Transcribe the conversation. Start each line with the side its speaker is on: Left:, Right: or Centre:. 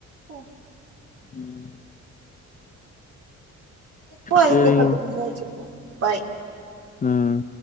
Right: போ
Left: ம்
Right: இப்போ அதுக்குள்ளயு
Left: சேரி
Right: பத்து நிமிஷோ ஆச்சு போ பாய்
Left: ம்